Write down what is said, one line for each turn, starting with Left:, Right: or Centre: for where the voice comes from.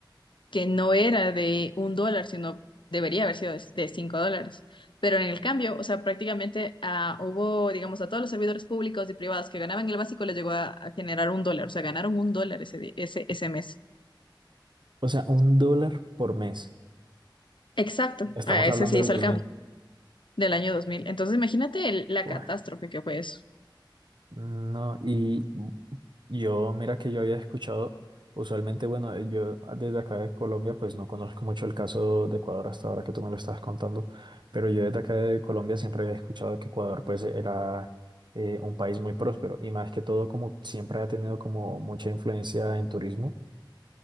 Left: que no era de un dólar, sino debería haber sido de de cinco dólares. Pero en el cambio, o sea, prácticamente ah, hubo, digamos, a todos los servidores públicos y privados que ganaban el básico les llegó a, a generar un dólar. O sea, ganaron un dólar ese, di- ese, ese mes.
Right: O sea, un dólar por mes.
Left: Exacto,
Right: Estamos
Left: a ese
Right: hablando
Left: se hizo
Right: del 2000.
Left: el cambio. del año 2000. Entonces, imagínate el- la
Right: Uf,
Left: catástrofe que fue eso.
Right: no, y Yo, mira que yo había escuchado, usualmente, bueno, eh, yo desde acá de Colombia, pues no conozco mucho el caso de Ecuador hasta ahora que tú me lo estabas contando, pero yo desde acá de Colombia siempre había escuchado que Ecuador, pues, era eh, un país muy próspero y más que todo, como siempre ha tenido como mucha influencia en turismo,